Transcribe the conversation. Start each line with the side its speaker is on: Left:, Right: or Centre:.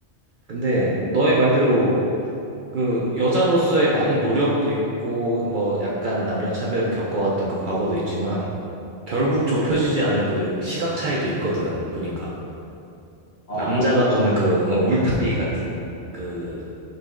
Right: 근데
Left: 어,
Right: 너의 말대로 그 여자로서의 많이 노력도 있고 뭐 약간 남녀 차별을 겪어왔던 그 과거도 있지만 결국 좁혀지지
Left: 어.
Right: 않는 그 시각 차이도 있거든. 보니까
Left: 아,
Right: 남자가
Left: 그렇겠지.
Right: 보는 그 어, 울타리 같은 그